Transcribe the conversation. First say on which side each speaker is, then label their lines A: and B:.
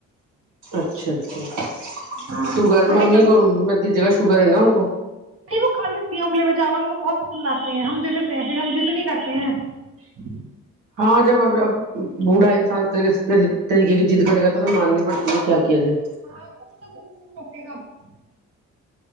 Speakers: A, on the right; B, on the right.
A: اچھا اچھا
B: ہاں
A: شوگر
B: وہی
A: ممی
B: تڑکا
A: کو مت دے چاول شگر ہے نا ان کو
B: نہیں وہ کھا لیتی ہیں ابلے ہوئے جاول کو بہت پسند آتے ہیں ہم دے دیتے ہیں پھر ہم ضد نہیں کرتے ہیں
A: ہاں جب اب بوڑھا انسان اس طریقے طریقے کی ضد کرے گا تو پھر ماننی پڑے گی کیا جائے
B: ہاں کب تک گھومو گے <unintelligible>